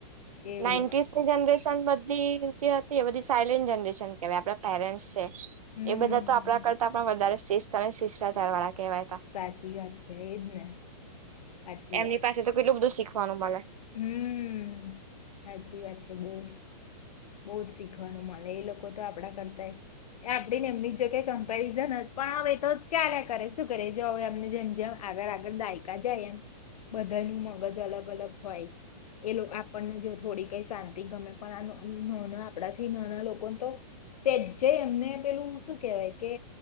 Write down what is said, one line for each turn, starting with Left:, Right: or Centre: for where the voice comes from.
Left: એવું
Right: નાઇન્ટીસની જનરેશન બધી જે હતી એ બધી સાયલેન્ટ જનરેશન કેહેવાય આપડા <unintelligible>
Left: હમ
Right: એ બધા
Left: હમ
Right: તો આપડા કરતા પણ વધારે શિસ્ત અને <unintelligible> કેવાય
Left: સાચી વાત છે એ જ ને સાચી
Right: એમની
Left: વાત
Right: પાસે તો કેટલું બધું શીખવાનું <unintelligible>
Left: હમ સાચી વાત છે, બહ બહુ જ શીખવાનું મળને એ લોકો તો આપણા કરતાય. એ આપડીને એમની જ જો ક કમ્પેરિઝન પણ હવે તો ચાલે કરે શું કરે જો હવે એમને જેમ જેમ. આગળ આગળ દાયકા જાય એમ બધા નું મગજ અલગ અલગ હોય. એ લોકો આપણને જો થોડી કઈ શાંતિ ગમે પણ <unintelligible> નાના આપણાથી નાના લોકોને તો સેજ્જે એમને પેલું શું કેહેવાય કે.